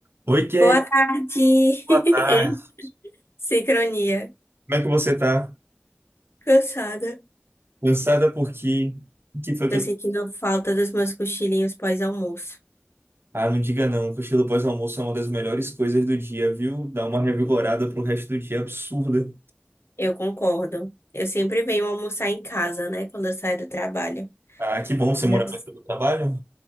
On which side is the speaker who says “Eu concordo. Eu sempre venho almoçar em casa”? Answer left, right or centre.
Left